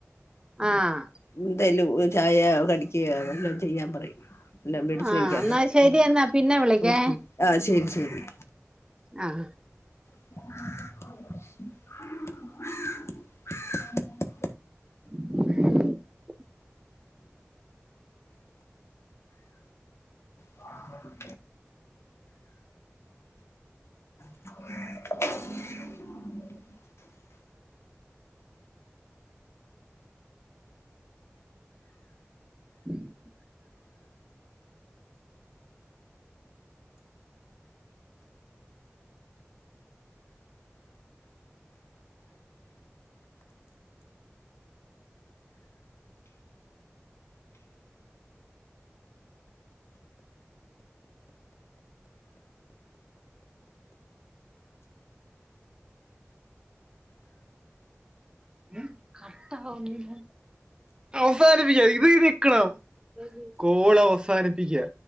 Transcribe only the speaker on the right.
ആഹ്
ആഹ്
എന്നാ
ശരി എന്നാ പിന്നെ വിളിക്കേ
ആഹ്
<inaudible>
<inaudible> മ്മ് കാട്ടാവുന്നില്ല അവസാനിപ്പിക്ക ഇത് നിക്കണം കോള് അവസാനിപ്പിക്ക.